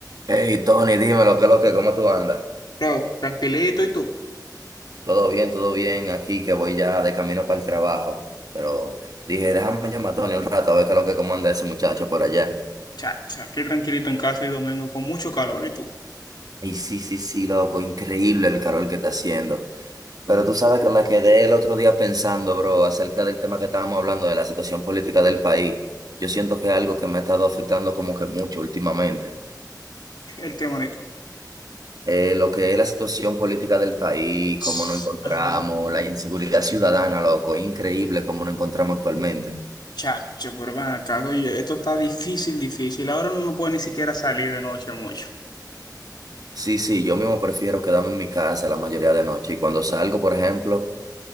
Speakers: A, on the right (about 60°); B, on the left (about 75°).
A: Hey Tony, dímelo, ¿qué es lo que, cómo tú andas?
B: Bro, tranquilito y tú.
A: Todo bien, todo bien aquí, que voy ya de camino para el trabajo. Pero dije, déjame llamar a Tony un rato a ver qué es lo que, cómo anda ese muchacho por allá.
B: Chacha, qué tranquilito en casa y domingo con mucho calor y tú.
A: Y sí, sí, sí, loco, increíble el calor que está haciendo. Pero tú sabes que me quedé el otro día pensando, bro, acerca del tema que estábamos hablando, de la situación política del país. Yo siento
B: Mm,
A: que es algo que me ha estado afectando como que mucho últimamente.
B: El qué bonito.
A: eh, lo que es la situación política del país,
B: Sss,
A: cómo nos encontramos,
B: Ah,
A: la inseguridad ciudadana, loco, es increíble cómo nos encontramos actualmente.
B: chacho, pero ven acá, oye, esto está difícil, difícil. Ahora no puede ni siquiera salir de noche mucho.
A: Sí, sí, yo mismo prefiero quedarme en mi casa la mayoría de noche y cuando salgo, por ejemplo,